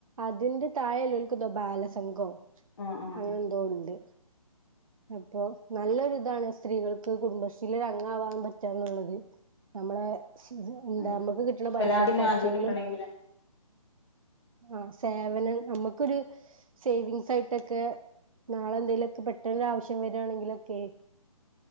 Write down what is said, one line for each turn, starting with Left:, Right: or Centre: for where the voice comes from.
Right: അതിന്റെ താഴെ ഇള്ളോൽക്കും ന്തോ ബാലസംഘോ
Left: ആഹ് ആഹ്
Right: അങ്ങനെ എന്തോ ഉണ്ട് അപ്പൊ നല്ലൊരു ഇതാണ് സ്ത്രീകൾക്ക് കുടുംബശ്രീല് ഒരു അംഗാവാൻ പറ്റാ ന്നുള്ളത് നമ്മളെ <unintelligible> എന്താ
Left: ആഹ്
Right: നമ്മുക്ക് കിട്ടണ പൈസന്ന്
Left: തലാഖിന്
Right: കൊറച്ചെങ്കിലും
Left: ആനുകൂല്യം കിട്ടണെങ്കില്
Right: ആ സേവനം നമ്മുക്കൊരു സേവിങ്സ് ആയിട്ടൊക്കെ നാളെന്തേലോക്കെ പ ട്ടന്നു ആവശ്യം വരാണെങ്കിലൊക്കെ